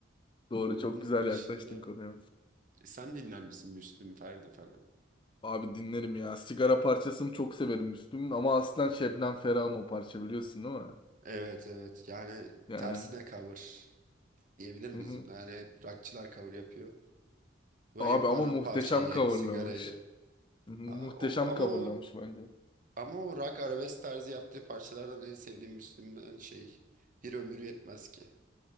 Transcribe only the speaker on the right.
Onun
dışında
E, sen dinler misin Müslüm Ferdi falan?
Evet evet yani
tersine cover diyebilir miyiz
buna? Yani hep rockçılar cover yapıyor. Bu
hem paramparçayı
hem sigarayı.
Ha, o- ama
o
ama o rock arabesk tarzı yaptığı parçalardan en sevdiğim Müslüm'den şey Bir Ömür Yetmez Ki.